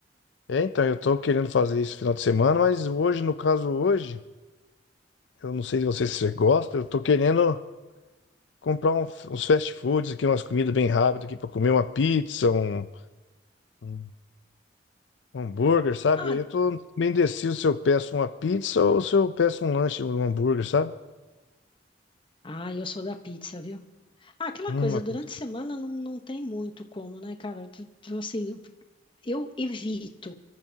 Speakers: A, on the left; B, on the left.
A: É, então, eu tô querendo fazer isso final de semana, mas hoje, no caso hoje, eu não sei se você, se você gosta, eu tô querendo comprar um- uns fast foods aqui, umas comidas bem rápidas aqui pra comer uma pizza, um, um um hambúrguer, sabe?
B: Ah,
A: Daí eu tô bem indeciso se eu peço uma pizza ou se eu peço um lanche, um hambúrguer, sabe?
B: ah, eu sou da pizza, viu? Ah, aquela
A: Hum,
B: coisa,
A: uma
B: durante
A: pizza.
B: a semana não, não tem muito como, né, cara? Tu- tu, Assim, eu eu evito.